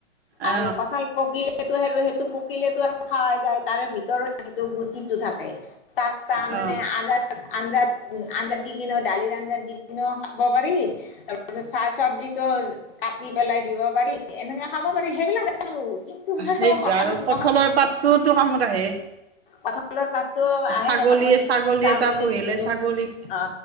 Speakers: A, on the right; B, on the left.
A: অ
B: আৰু কঠাল পকী সেইটো সে সেইটো পকিলেটো আৰু খাৱাই যায় তাৰে ভিতৰৰ যিটো গুটিটো থাকে তাক ত মানে
A: অ
B: আঞ্জা আঞ্জাত আঞ্জাত দি কিনো দালিৰ আ দি কেনিও খাব পাৰি, তাৰপিছত চাহ চবজিটো কাটি পেলাই দিব পাৰি এনে তেনে খাব পাৰি সেইবিলাক আৰু। কিন্তু আৰু
A: সেইটো
B: আ ন
A: কঁঠালৰ পাতটোওতো কামত আহে
B: কঠালৰ পাত। তো আহ
A: ছাগলীয়ে
B: ন চাগল
A: ছাগলী এটা পুহিলে
B: চাগল
A: ছাগলীক
B: অ।